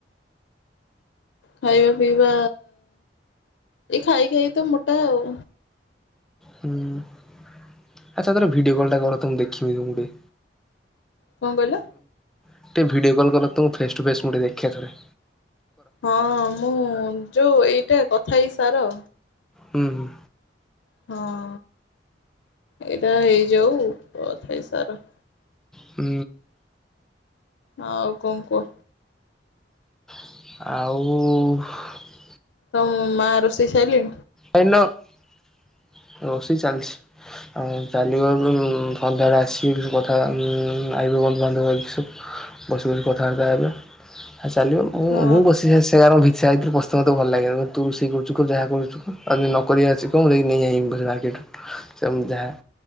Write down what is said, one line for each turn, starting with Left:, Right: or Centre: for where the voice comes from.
Left: ଖାଇବା ପିଇବା ଏଇ ଖାଇ ଖାଇ ତ ମୋଟା ଆଉ
Centre: ହୁଁ ଆଚ୍ଛା ତର ଭିଡିଓ କଲ୍ଟା କ ତ ମୁଁ ଦେଖିବି ତମକୁଠ।
Left: କଣ କହିଲ?
Centre: ଟିକେ ଭିଡ଼ିଓ କଲ୍ କଲା ତ ମୁଁ ଫେସ୍ ଟୁ ଫେସ୍ ମୁଁ ଟିକେ ଦେଖେଥରେ।
Left: ହଁ ମୁଁ ଯୋଉ ଏଇଟା କଥା ହେଇ ସାର।
Centre: ହୁଁ ହୁଁ।
Left: ହଁ ଏଇଟା ହେଇଯାଉଥାାଇ ସାରା।
Centre: ହୁଁ।
Left: ହଁ କୁମ କୁ।
Centre: ଆଉ।
Left: ତ ମୁ ମା ରୋଷେଇଷାଇଲି।
Centre: ଏ ରୋଷେଇ ଚାଲିଛି ଚାଲିବ ଏ ସନ୍ଧ୍ୟାଳେ ଆସିବେୁ କଥା ଆଇବେ ବନ୍ଧୁବାନ୍ଧବ ସବୁ ବସି ବସିକ କଥାବାର୍ତ୍ତା ହେବେ। ଚାଲିବ ମୁଁ
Left: ହଁ
Centre: ମୁଁ ବସି ଭ ସମୋତେ ଭଲ ଲାଗେ ତୁ ରୋଷେଇ କରୁ ଯା କରୁଛୁ। ଆଉ ନକ ଆଛି କଣି ନେଇି ଯାହା।